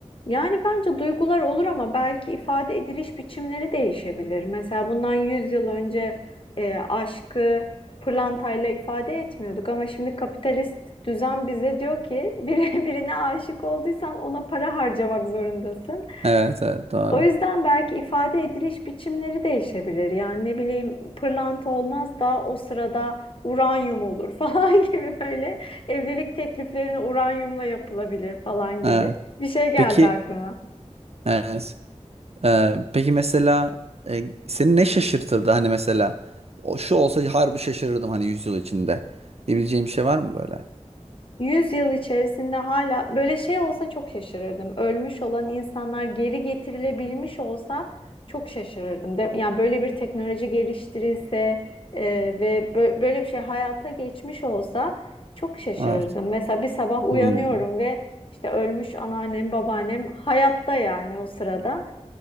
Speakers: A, on the left (about 50°); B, on the right (about 60°).
A: Yani bence duygular olur ama belki ifade ediliş biçimleri değişebilir. Mesela bundan 100 yıl önce e, aşkı pırlantayla ifade etmiyorduk ama şimdi kapitalist düzen bize diyor ki biri, <laughs> birine aşık olduysan ona para harcamak zorundasın.
B: Evet, evet doğru.
A: O yüzden belki ifade ediliş biçimleri değişebilir. Yani ne bileyim pırlanta olmaz da o sırada uranyum olur <laughs> falan gibi böyle evlilik tekliflerini uranyumla yapılabilir falan
B: Evet.
A: gibi bir şey geldi
B: Peki
A: aklıma.
B: evet. Ee, peki mesela e, seni ne şaşırtırdı? Hani mesela o şu olsa harbi şaşırırdım hani yüz yıl içinde. Diyebileceğim bir şey var mı böyle?
A: 100 yıl içerisinde hala böyle şey olsa çok şaşırırdım. Ölmüş olan insanlar geri getirilebilmiş olsa çok şaşırırdım. De, yani böyle bir teknoloji geliştirilse e, ve bö- böyle bir şey hayata geçmiş olsa çok şaşırırdım.
B: Evet.
A: Mesela bir sabah uyanıyorum
B: Hmm,
A: ve işte ölmüş anneannem, babaannem hayatta yani o sırada.